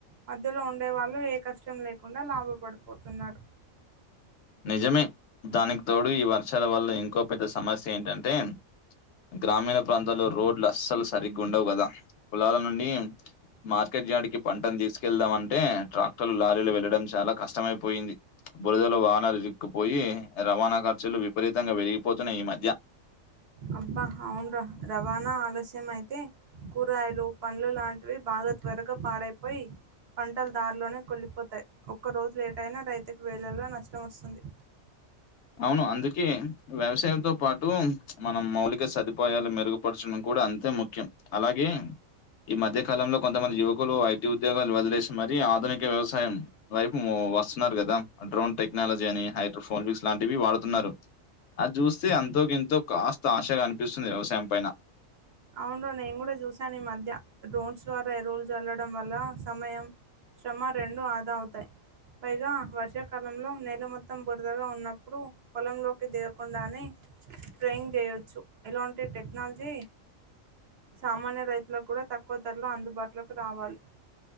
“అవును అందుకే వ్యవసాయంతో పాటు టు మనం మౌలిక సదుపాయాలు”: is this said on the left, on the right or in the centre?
Left